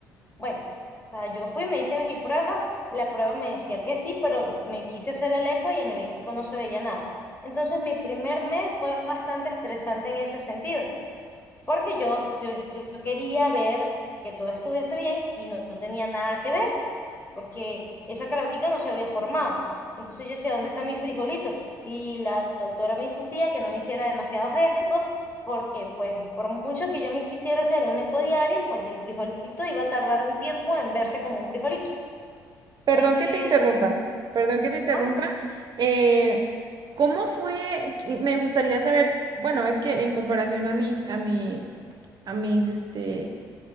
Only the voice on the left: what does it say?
Bueno, o sea, yo fui, me hice mi prueba, la prueba me decía que sí, pero me quise hacer el eco y en el eco no se veía nada. Entonces mi primer mes fue bastante estresante en ese sentido, porque yo, yo, yo quería ver que todo estuviese bien y no, no tenía nada que ver porque esa carótica no se había formado. Entonces yo decía, ¿dónde están mis frijolitos? Y la doctora me insistía que no me hiciera demasiados ecos, porque pues por mucho que yo me quisiera hacer un eco diario, pues el frijolito iba a tardar un tiempo en verse como un frijolito.
Eh,
ah,